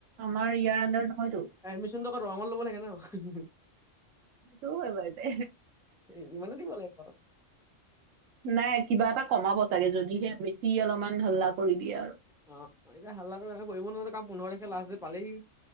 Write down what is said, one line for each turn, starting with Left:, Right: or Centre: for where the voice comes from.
Right: আমাৰ ইয়াৰ আন্ডাৰ নহয়তো
Centre: এডমিশ্যনটো আকৌ দৰঙত ল'ব লাগে ন হু হু
Right: সেইটো হয় বাৰু দে
Centre: উম ইমানে দিব লাগিব
Right: নাই কিবা এটা কমাব চাগে যদিহে বেছি অলপমান হল্লা কৰি দিয়ে আৰু
Centre: অহ এতিয়া হাল্লাটো এনে কৰিব নোৱাৰো কাম পোন্ধৰ তাৰিখে লষ্ট পালেহি